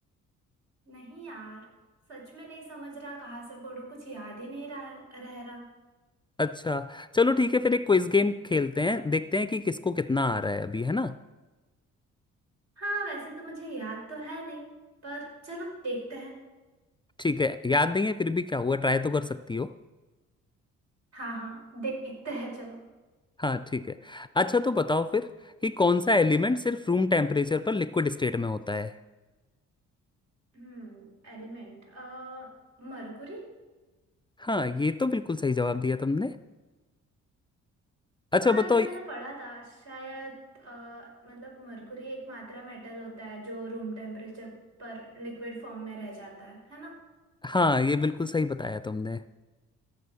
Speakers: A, on the right; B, on the left.
A: नहीं यार सच में नहीं समझ रहा कहाँ से पढूं कुछ याद ही नहीं रहा रह रहा
B: अच्छा चलो ठीक है फिर एक क्विज गेम खेलते हैं देखते हैं कि किसको कितना आ रहा है अभी है ना
A: हाँ वैसे तो मुझे याद तो है नहीं पर चलो देखते हैं
B: ठीक है याद नहीं है फिर भी क्या हुआ ट्राई तो कर सकती हो
A: हाँ हाँ देखते हैं चलो
B: हाँ ठीक है अच्छा तो बताओ फिर कि कौन सा एलिमेंट सिर्फ रूम टेम्परेचर पर लिक्विड स्टेट में होता है
A: हम्म एलिमेंट अ मरकुरी
B: हाँ ये तो बिल्कुल सही जवाब दिया तुमने अच्छा
A: हाँ
B: बताओ
A: ये मैंने पढ़ा था शायद अ, मतलब मरकुरी एक मात्रा मेटल होता है जो रूम टेम्परेचर पर लिक्विड फॉर्म में रह जाता है है ना
B: हाँ ये बिल्कुल सही बताया तुमने